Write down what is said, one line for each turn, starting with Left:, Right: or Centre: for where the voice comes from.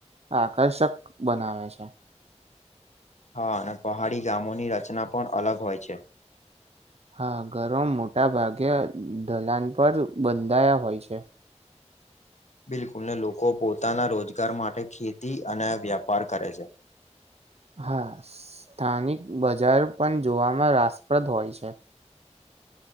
Right: આકર્ષક બનાવે છે.
Left: હા અને પહાડી ગામોની રચના પણ અલગ હોય છે.
Right: હા ઘરો મોટા ભાગે ઢલાન પર બંધાયા હોય છે.
Left: બિલકુલ ને લોકો પોતાના રોજગાર માટે ખેતી અને વ્યાપાર કરે છે.
Right: હા સ્થાનિક બજાર પણ જોવામાં રાસપ્રદ હોય છે.